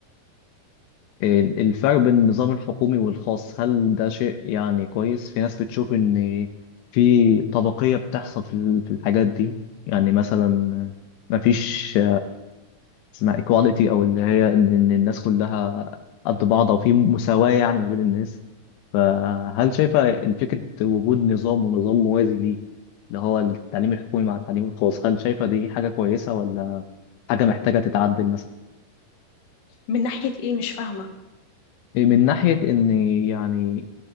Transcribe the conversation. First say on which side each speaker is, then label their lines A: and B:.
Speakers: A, on the left (about 85°); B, on the left (about 60°).
A: ال- الفرق بين النظام الحكومي والخاص هل ده شيء يعني كويس؟ في ناس بتشوف إن في طبقية بتحصل في ال- في الحاجات دي يعني مثلا مفيش اسمها equality أو اللي هي إن إن الناس كلها قد بعض أو في مساواة يعني ما بين الناس فهل شايفة فكرة وجود نظام ونظام موازي ليه اللي هو التعليم الحكومي مع التعليم الخاص هل شايفة دي حاجة كويسة ولا حاجة محتاجة تتعدل مثلا؟
B: من ناحيه ايه مش فاهمه
A: من ناحية إن يعني